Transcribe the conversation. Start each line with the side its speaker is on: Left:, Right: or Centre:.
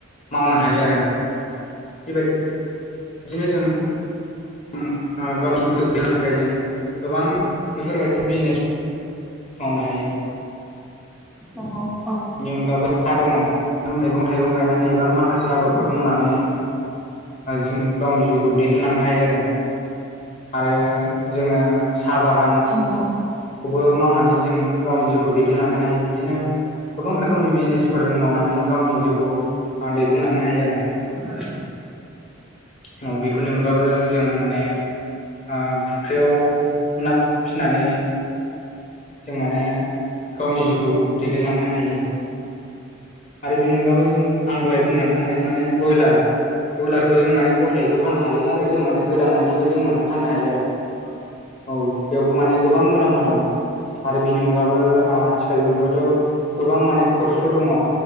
Left: मावनो हायो आरो बेबायदि बिदिनो जों ओं ओ गावनि जिउ खदनो थाखाय जों गोबां बेफोरबायदि बिजनेस मावनो हायो।
Centre: औ औ औ
Left: बेनि अनगाबो हा दङ मैगं थाइगं गायनानै एबा माखासे आबादफोर
Centre: औ
Left: मावनानै जों गावनि जिउखौ दैदेनलांनो हायो आरो आरो जोङो साहा बागान
Centre: औ औ औ औ
Left: खौबो मावनानै जों गावनि जिउखौ दैदेनलांनो हायो बिदिनो गोबां रोखोमनि बिजनेसफोर जों मावनानै गावनि जिउखौ ओ दैदेनलांनो हायो आरो।
Centre: औ
Left: औ बेफोरनि अनगाबबो जों माने ओ फुख्रियाव ना फिनानै जों माने गावनि जिउखौ दैदेनलांनो हायो। आरो बिनि अनगाबो जों आं दहाय बुंनानै थांबाय जे माने बयलार बयलारखौ जों माने ग थायैबो फाननो हायो आरो जों माने गोदानानानैबो जों माने फाननो हायो आरो। औ बेयावबो माने गोबां मुलाम्फा दं आरो बिनि अनगाबो ओ आथि हेलमेटआवथ' गोबां माने कर्सफोर दङ <unintelligible>